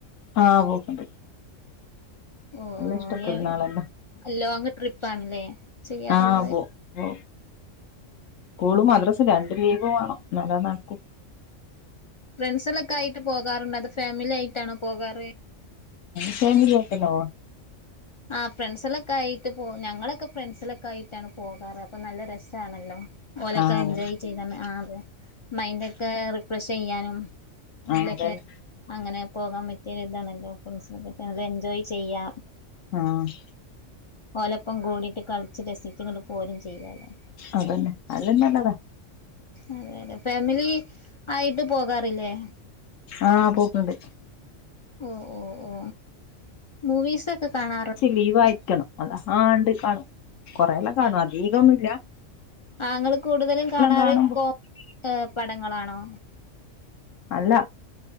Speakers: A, on the left (about 75°); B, on the left (about 50°).
A: ആ പോക്കുണ്ട്
B: ഓ
A: ഇഷ്ടപ്പെടുന്ന
B: ഓ
A: ആളന്നെ
B: ലോങ് ട്രിപ്പാണ്ല്ലേ? ചെയ്യാറുള്ളത്
A: ആ പോ ഓ സ്കൂളും മദ്രസയും രണ്ടു ലീവ് വേണം. എന്നാലേ അത് നടക്കും.
B: ഫ്രണ്ട്സുകളു ആയിട്ട് പോകാറുണ്ടോ അതോ ഫാമിലി ആയിട്ടാണോ പോകാറ്?
A: ഫമിലി ആയിട്ടാണോ?
B: ആ ഫ്രണ്ട്സുകളായിട്ട് പോകു ഞങ്ങളൊക്കെ ഫ്രണ്ട് സുക ളായിട്ടാണ് പോകാറ്. അപ്പൊ നല്ല രസമാണല്ലോ? ഓലൊക്കെ
A: ആഹ്
B: എൻജോയ് ചെയ്താ ആ ആതെ മൈൻഡ് ഒക്കെ റിഫ്രഷ് ചെയ്യാനും. നല്ലൊക്കെ
A: അതന്നെ
B: അങ്ങനെ പോകാൻ പറ്റിയ ഇതാണല്ലോ ഫ്രണ്ട്സുമെക്കെയായിട്ട് എൻജോയ് ചെയ്യാം.
A: ആഹ്
B: ഓലപ്പം കൂടിയിട്ട് കളിച്ച് രസിച്ച് ഇങ്ങട്ട് പോരു ചെയ്യാല്ലോ.
A: അതന്നെ അതിലു നല്ലതാ.
B: അതെ അതെ ഫാമിലി ആയിട്ട് പോകാറില്ലേ?
A: ആ പോക്ക്ണ്ട്.
B: ഓ ഓ ഓ മൂവിസ് ഒക്കെ കാണാറു
A: ലീവ് ആയിരിക്കണം അതാണ്ട് കാണും. കൊറേല്ലേ കാണും അധികമില്ല.
B: ആ നിങ്ങള് കൂടുതലും കാണാറ്
A: കാണുമ്പോ
B: കോ പടങ്ങളാണോ?
A: അല്ല